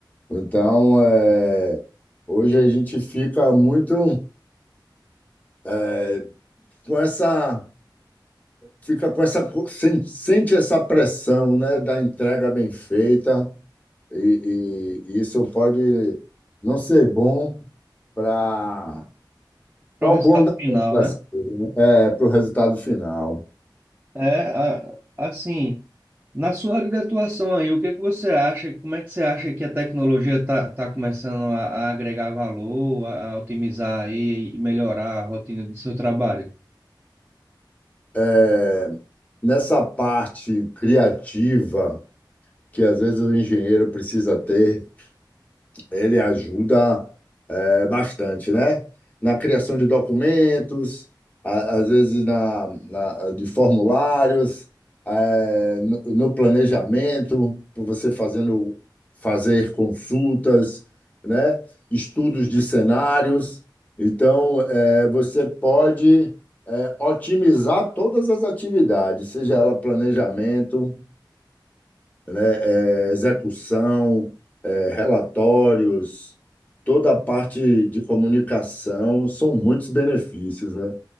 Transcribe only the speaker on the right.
para
o resultado
final,
né?
É, a- assim, na sua área de atuação aí, o que é que você acha? Como é que você acha que a tecnologia está tá tá começando a, a agregar valor, a, a otimizar aí e melhorar a rotina do seu trabalho?